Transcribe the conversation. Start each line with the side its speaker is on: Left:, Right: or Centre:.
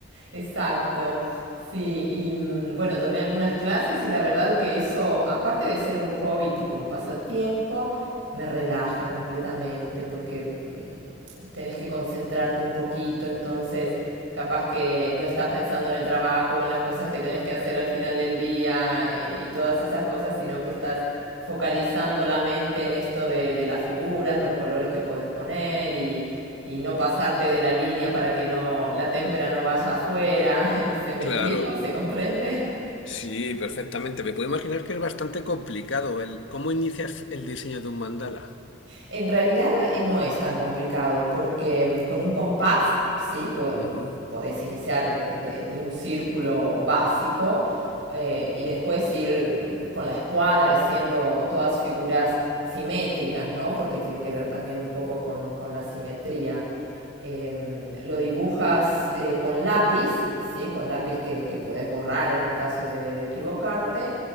Right: exacto. Sí, y mm, bueno, tomé algunas clases y la verdad que eso, aparte de ser un hobby, tipo un pasatiempo, me relaja completamente porque mm, tenés que concentrarte un poquito, entonces capaz que no estás pensando en el trabajo o en las cosas que tenés que hacer al final del día y, y todas esas cosas, sino que estás focalizando la mente en esto de, de las figuras, los colores que podés poner y, y no pasarte de la línea para que no la témpera no vaya afuera. <laughs> ¿Se me
Left: Claro,
Right: explico? ¿Se comprende?
Left: sí, perfectamente. Me puedo imaginar que es bastante complicado el cómo inicias el diseño de un mandala.
Right: En realidad eh, no es tan complicado porque mm, con un compás, sí,
Left: Ujú.
Right: podés iniciar de, de un círculo básico eh, y después ir mm, con la escuadra haciendo todas figuras simétricas, ¿no? Porque tiene que ver también un poco con, con la simetría. eh, lo dibujas eh, con lápiz, ¿sí? con lápiz que, que, podés borrar en el caso de, de equivocarte.